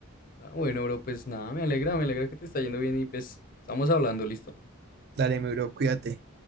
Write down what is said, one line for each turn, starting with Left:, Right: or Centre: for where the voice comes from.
Left: Ah, bueno, bro, pues nada, me alegra, me alegra que te está yendo bien y pues estamos hablando, ¿listo?
Right: Dale, mi bro, cuídate.